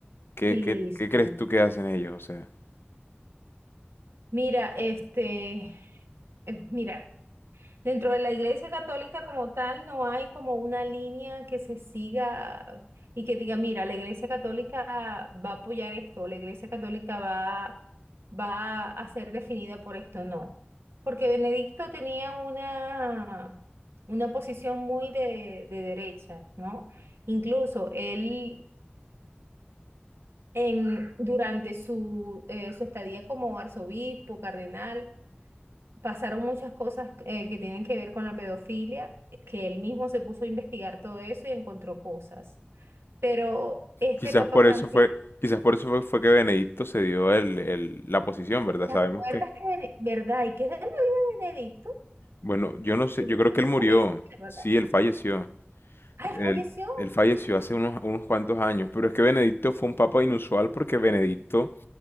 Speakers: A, on the left; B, on the right.
A: ¿Qué,
B: Sí,
A: qué, qué crees
B: sí.
A: tú que hacen ellos? O sea.
B: Mira, este, eh, mira. Dentro de la Iglesia Católica como tal, no hay como una línea que se siga y que diga, mira, la Iglesia Católica va a apoyar esto, la Iglesia Católica va, va a ser definida por esto, no. Porque Benedicto tenía una, una posición muy de, de derecha, ¿no? Incluso él, en, durante su, eh, su estadía como arzobispo, cardenal, pasaron muchas cosas eh, que tienen que ver con la pedofilia, que él mismo se puso a investigar todo eso y encontró cosas. Pero este
A: Quizás
B: Papa
A: por
B: Francisco,
A: eso fue, quizás por eso fue, fue que Benedicto se dio el, el- la posición, ¿verdad?
B: ¿te
A: Sabemos
B: acuerdas
A: que,
B: que, Bene- verdad? ¿Y qué es de la vida de Benedicto?
A: bueno, yo no sé,
B: Él
A: yo creo
B: él
A: que él murió,
B: no falleció, ¿verdad?
A: sí, él falleció,
B: Ah, él
A: él,
B: falleció.
A: él falleció hace unos, unos cuantos años, pero es que Benedicto fue un papa inusual porque Benedicto,